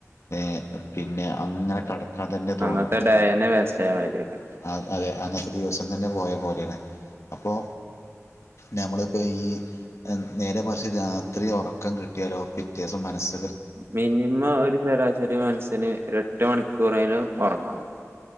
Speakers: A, on the left (about 60°); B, on the right (about 50°).
A: ഏ പിന്നെ അങ്ങനെ കട ക്കാൻ തന്നെ തോന്നും
B: അന്നത്തെ ഡേയന്നെ വേസ്റ്റ് ആയ മാതിരിയൊക്കെ
A: അ അതെ അന്നത്തെ ദിവസം തന്നെ പോയ പോലെണ് അപ്പോ നമ്മളിപ്പോൾ ഈ നേരെ മറിച്ച് രാത്രി ഉറക്കം കിട്ടിയാലോ പിറ്റേസം മനസ്സ്
B: മിനിമം ഒരു ശരാശരി മൻസ്സന് എട്ട് മണിക്കൂറെങ്കിലും ഉറങ്ങണം